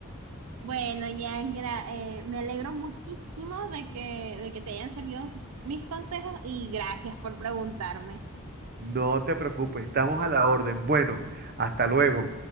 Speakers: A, on the right (about 75°); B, on the right (about 45°).
A: Bueno, ya gra- eh, me alegro muchísimo de que, de que te hayan servido mis consejos y gracias por preguntarme.
B: No te preocupes, estamos a la orden. Bueno, hasta luego.